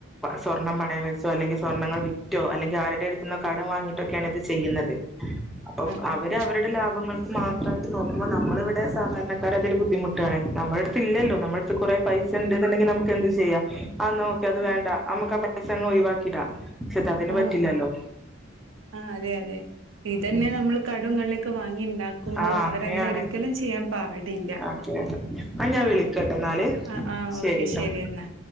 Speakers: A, in the centre; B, on the right.
A: സ്വർണം പണയം വെച്ചോ അല്ലെങ്കി സ്വർണ്ണങ്ങൾ വി റ്റോ അല്ലെങ്കിൽ ആരുടെ അടുത്തിന്ന് കടം വാങ്ങിയിട്ടൊക്കെയാണ് ഇത് ചെയ്യുന്നത് അപ്പം
B: ആഹ്
A: അവര്
B: ആഹ്
A: അവരുടെ ലാഭങ്ങൾ ക്ക് മാത്രായിട്ട് നോക്കുമ്പോ നമ്മള് ഇവിടെ സാധാരണക്കാര് അതിൽ ബുദ്ധിമു ട്ടാണ് നമ്മടെ അടുത്ത് ഇല്ലല്ലോ നമ്മടെ അടുത്ത് കൊറേ പൈസ ഇണ്ട് എന്നുണ്ടെങ്കിൽ നമുക്ക് എന്ത് ചെയ്യാം ആഹ് നോക്ക് അത് വേണ്ട അമ്മുക്ക് ആഹ് പൈസ അങ്ങ് ഒഴിവാക്കി ഇടാം അതിന്
B: ആഹ്
A: പറ്റില്ലാല്ലോ
B: ആഹ് അതെ അതെ ഇതന്നെ
A: ഉം
B: നമ്മള് കടോം കള്ളിയൊക്കെ വാങ്ങി ഉണ്ടാക്കുമ്പോ
A: ആ അങ്ങനെയാണ്
B: അവരങ്ങനെ ഒരിക്കലും ചെയ്യാൻ പാടില്ല
A: അതെ അതെ ആ ഞാൻ വിളിക്കട്ടോ എന്നാല്
B: ആഹ് ആഹ്
A: ശരിട്ടോ
B: ഓക്കെ ശരി എന്നാ